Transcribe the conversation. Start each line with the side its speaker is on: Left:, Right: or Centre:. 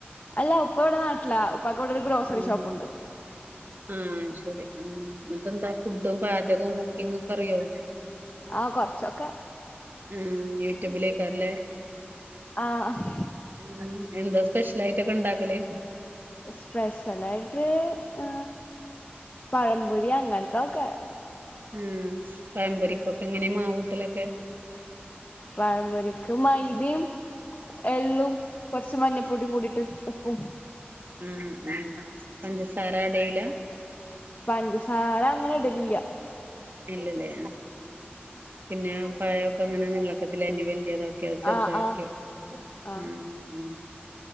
Left: അല്ല ഉപ്പാ ഇവടെ നാട്ടിലാ ഉപ്പാക്ക് ഇവടെ ഒര് ഗ്രോസറി
Right: ഉം
Left: ഷോപ്പുണ്ട്
Right: ആഹ് ശരി ആ ഇങ്ങക്കെന്താ ഫുഡും പാചകും കുക്കിങ്ങൊക്കേ അറിയോ?
Left: ആ കൊർച്ചൊക്കേ
Right: മ് മ് യൂട്യൂബിലേക്കാരല്ലേ
Left: ആഹ്
Right: ഉം എന്താ സ്പെഷ്യലായിട്ടൊക്കെ ഇണ്ടാക്കല്
Left: സ്പെഷ്യലായിട്ട് ഹ് പഴം പൊരി അങ്ങൻ ത്തൊക്കേ
Right: ഉം, പഴമ്പൊരിക്കൊക്കേ എങ്ങനെ മാവൂട്ടലൊക്കേ
Left: പഴമ്പൊരിക്ക് മൈദീം എളളും കൊർചേ മഞ്ഞപൊടിം കൂടിട്ട് ഉപ്പും
Right: ഉം ഉം പഞ്ചസാര ആടേയൂലാ
Left: പഞ്ചസാര അങ്ങനെ ഇടലില്ലാ
Right: ഇല്ലല്ലേ പിന്നെ പഴോക്കെ അങ്ങനെ നിളാക്കത്തിലാഅരിഞ്ഞ്‌ വല്ല്യതാ ഇൻക്യത് ചെറുതാക്ക്യാ
Left: ആഹ് ആഹ് ആഹ്
Right: ആഅ